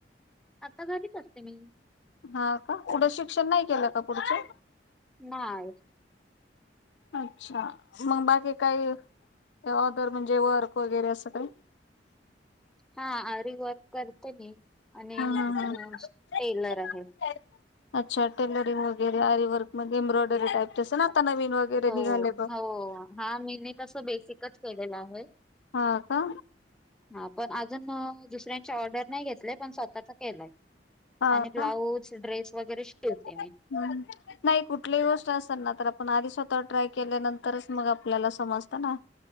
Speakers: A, in the centre; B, on the left (about 70°).
A: आता घरीच अस ते मी
B: हा का पुढे शिक्षण नाही केलं का पुढच
A: नाय. <inaudible>
B: अच्छा, मग बाकी कायी? ऑदर म्हणजे वर्क वगैरे असं काही.
A: हा, आरी वर्क करते मी. आणि
B: हम्म हम्म हम्म
A: अं टेलर आहे.
B: अच्छा टेलरिंग वगैरे आरी वर्क मध्ये, एंब्रॉयडरी टाइप तस ना. ता नवीन वगैरे
A: हो
B: निघाले बग.
A: हो हा मी मी तसं बेसिकच केलेलं आहे
B: हा का?
A: हा, पण अजून दुसऱ्यांची ऑर्डर नाही घेतले पण स्वतःच केलंय.
B: हा
A: आणि ब्लाऊज,
B: का
A: ड्रेस वगैरे शिवते
B: <unintelligible>
A: मी
B: हम्म नाही कुठलीही गोष्ट असल ना तर आप पण आधी स्वतःवर ट्राय केल्यानंतरच मग आपल्याला समजत ना